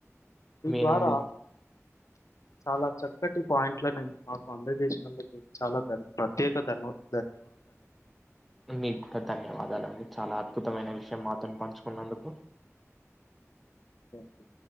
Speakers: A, on the left; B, in the centre.
A: ఈ
B: మీ
A: ద్వారా
B: నుండి <inaudible>
A: చాలా చక్కటి పాయింట్లను మాకు అందజేసినందుకు చాలా ధన్ ప్రత్యేక ధన్యవాద
B: మీకు కూడా ధన్యవాదాలండి చాలా అద్భుతమైన విష్ ను మాతోని పంచుకున్నందుకు
A: థ్యాంక్ యూ